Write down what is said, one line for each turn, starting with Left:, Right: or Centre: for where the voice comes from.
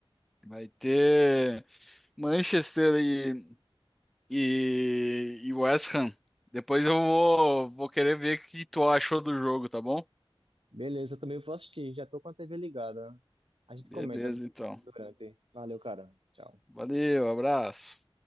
Centre: Vai ter Manchester e, e, e West Ham. Depois eu vou, vou querer ver o que tu achou do jogo, tá bom?
Right: Beleza, eu também vou assistir, já tô com a TV ligada. A gente
Centre: Beleza,
Right: comenta
Centre: então.
Right: durante. Valeu, cara. Tchau.
Centre: Valeu, abraço.